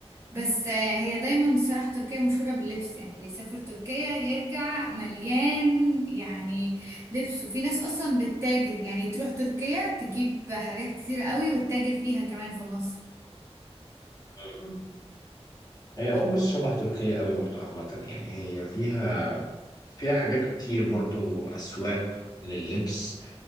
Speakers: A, on the right; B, on the left.
A: بس آه، هي دايما الصراحه تركيا مشهوره باللبس يعني اللي يسافر تركيا يرجع مليان يعني لبس وفي ناس اصلا بتتاجر يعني تروح تركيا تجيب حاجات كتير قوي وتتاجر فيها كمان في مصر
B: مم. هي
A: ب-
B: قبرص شبه تركيا قوي برضو عامة يعني هي فيها فيها حاجات كتير برضو أسواق لللبس